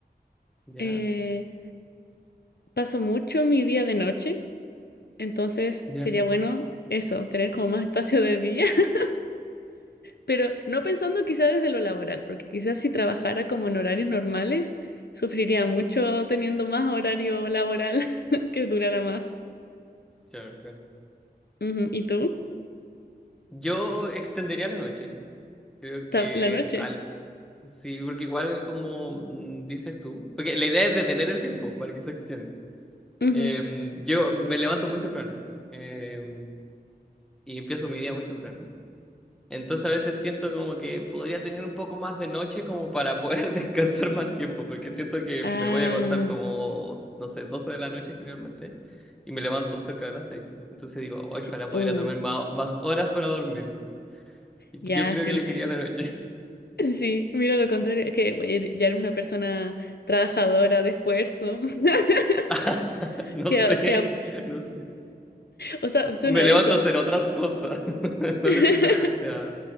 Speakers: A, in the centre; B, on the left (about 80°).
A: ¿Ya?
B: eh, paso mucho mi día de noche, entonces
A: ¿Ya?
B: sería bueno eso, tener como más espacio de día, <laughs> pero no pensando quizás desde lo laboral, porque quizás si trabajara como en horarios normales, sufriría mucho teniendo más horario laboral <laughs> que durara más.
A: Claro, claro.
B: Ujú, ¿Y tú?
A: Yo extendería la noche. Creo que
B: Ta- La noche.
A: al... Sí, porque igual como mm, dices tú, porque la idea es detener el tiempo para que se extienda.
B: Ujú.
A: Em, yo me levanto muy temprano em, y empiezo mi día muy temprano. Entonces a veces siento como que podría tener un poco más de noche como para poder <laughs> descansar más tiempo, porque siento que
B: Ah,
A: me voy a acostar como, no sé, 12 de la noche generalmente, y me levanto cerca de las seis Entonces digo,
B: sí.
A: "Ay, ojalá pudiera
B: Uh,
A: tomar ma- más horas para dormir. Y
B: ya,
A: yo creo
B: sí.
A: que elegiría la noche.
B: Sí, mira lo contrario, es que güey, ya era una persona trabajadora de esfuerzo. <laughs>
A: <laughs> No
B: Que,
A: sé,
B: a- que, a-
A: no sé.
B: o sea, suena
A: Me
B: a
A: levanto
B: eso.
A: a hacer otras cosas, <laughs> no
B: <laughs>
A: necesariamente a,